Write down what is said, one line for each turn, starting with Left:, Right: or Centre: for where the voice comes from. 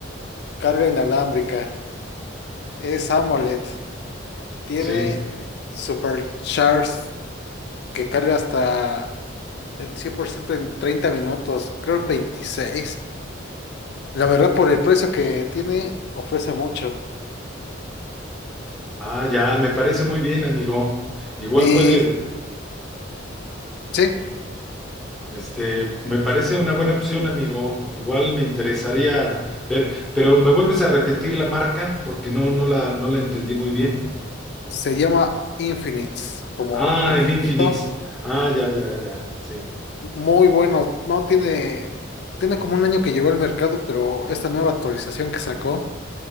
Left: carga inalámbrica, es AMOLED, tiene
Centre: sí.
Left: Sí. Supercharge que carga hasta el 100% en 30 minutos, creo en 26. La verdad, por el precio que tiene, ofrece mucho.
Centre: Ah, ya, me parece muy bien, amigo. Igual
Left: Y
Centre: puede.
Left: sí,
Centre: Este, me parece una buena opción, amigo. Igual me interesaría ver, pero ¿me vuelves a repetir la marca? Porque no, no la, no la entendí muy bien.
Left: se llama Infinites, como
Centre: Ah,
Left: infinito.
Centre: el Infinix. Ah, ya, ya, ya. Sí.
Left: Muy bueno, no tiene, tiene como un año que llegó al mercado, pero esta nueva actualización que sacó.